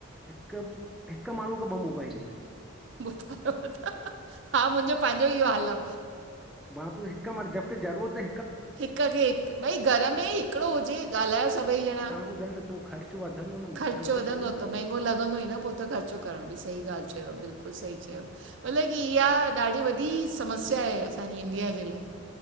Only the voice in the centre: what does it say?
हिकु, हिकु माण्हूअ खे ॿ मोबाइलियूं आहिनि।
मा बि हिकु मड़ जबकी ज़रूअ ते
ॿुधे न थो ख़र्च वधंदो न
त फ़र्क़ु
पवंदो
न